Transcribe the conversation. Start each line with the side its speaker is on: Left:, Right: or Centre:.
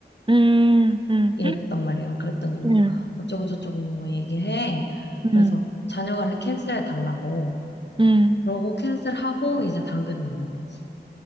Right: 음, 음,
Left: 이랬단 말이야. 그랬더니 뭐
Right: 음,
Left: 어쩌고저쩌고 뭐 얘기해.
Right: 음,
Left: 그래서 자녀 관리 캔슬해 달라고.
Right: 음.
Left: 그러고 캔슬하고 이제 당근을 내는 거지.